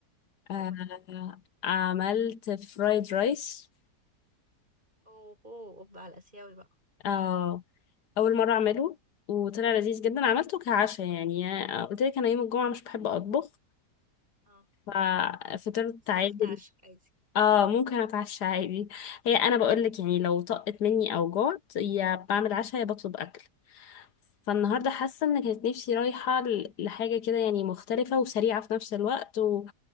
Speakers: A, on the left; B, on the right.
A: آه
B: أوبا
A: عملت فرايد رايس
B: أوه أوه أوبا على الآسيوي بقى
A: آه اول مرة اعمله وطلع لذيذ جدا عملته كعشاء يعني آه، قلت لك انا يوم الجمعة مش بحب اطبخ
B: اه
A: ففطرت
B: بس طبخت
A: عادي
B: عشاء عادي
A: اه ممكن اتعشى عادي هي انا بقولك يعني لو طقت مني او جعت يا بعمل عشاء يا بطلب اكل فالنهارده
B: مم.
A: حاسه ان كانت نفسي رايحه ل- لحاجه كده يعني مختلفه وسريعه في نفس الوقت و...